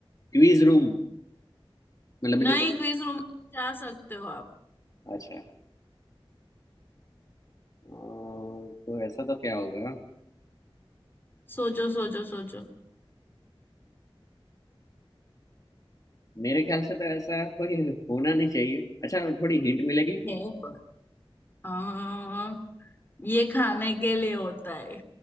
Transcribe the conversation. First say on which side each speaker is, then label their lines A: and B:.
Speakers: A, on the left (about 35°); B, on the left (about 20°).
A: क्वीज रूम मतलब
B: नहीं
A: जो
B: क्विज रूम में जा सकते हो आप
A: अच्छा अ, तो ऐसा तो क्या होगा
B: सोचो सोचो सोचो
A: मेरे ख्याल से तो ऐसा कोई होना नहीं चाहिए अच्छा थोड़ी हिंट मिलेगी
B: है पर आ, ये खाने के लिए होता है